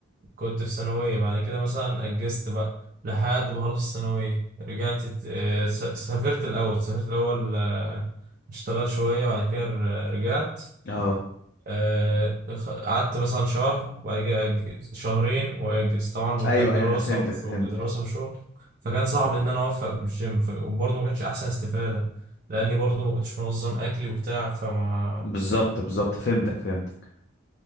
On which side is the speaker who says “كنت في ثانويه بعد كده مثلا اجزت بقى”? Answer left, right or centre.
Right